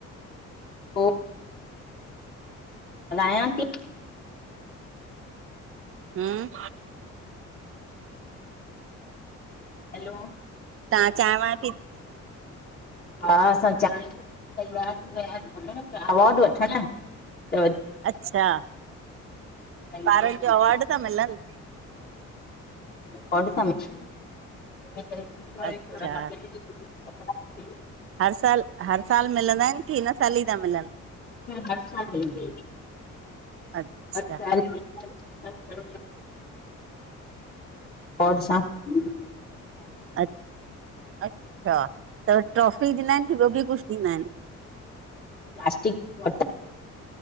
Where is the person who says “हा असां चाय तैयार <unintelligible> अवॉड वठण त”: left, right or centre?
Left